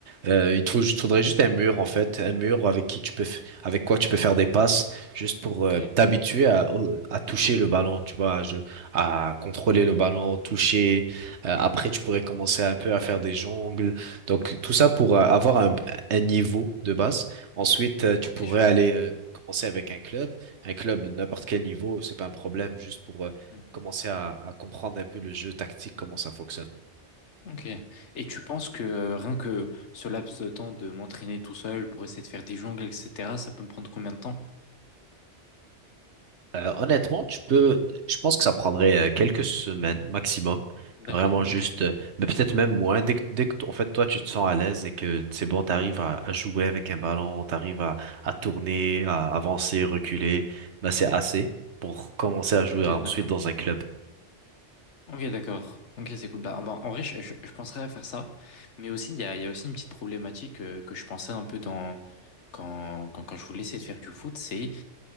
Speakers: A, on the right; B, on the left.
A: euh, il te faut, juste- faudrait juste un mur en fait, un mur avec qui tu peux, f- avec quoi tu peux faire des passes, juste pour
B: ok,
A: euh, t'habituer à au- à toucher le ballon, tu vois, à, je- à contrôler le ballon, toucher. Euh, après, tu pourrais commencer un peu à faire des jongles donc, tout ça pour euh, avoir un, un niveau de base. Ensuite, euh, tu
B: ok,
A: pourrais
B: je vois.
A: aller euh, commencer avec un club. Un club, de n'importe quel niveau, c'est pas un problème, juste pour euh,
B: Hmm,
A: commencer à, à comprendre un peu le jeu tactique, comment ça fonctionne.
B: Ok. Et tu penses que euh, rien que ce laps de temps de m'entraîner tout seul pour essayer de faire des jongles, etc., ça peut me prendre combien de temps?
A: Euh, honnêtement, tu peux, je pense que ça prendrait euh, quelques semaines maximum,
B: D'accord,
A: vraiment juste,
B: ok.
A: euh, mais peut-être même moins. Dès que, dès que, t- en fait, toi, tu te sens à l'aise et que c'est bon, t'arrives à, à jouer avec un ballon, t'arrives à, à tourner, à avancer, reculer, bah c'est assez pour commencer à jouer
B: Ok,
A: euh, ensuite
B: d'accord.
A: dans un club.
B: Ok, d'accord. Ok, c'est cool. Bah, bah, en vrai, je, je, je penserais à faire ça. Mais aussi, il y a, il y a aussi une petite problématique euh, que je pensais un peu dans quand, quand, quand je voulais essayer de faire du foot, c'est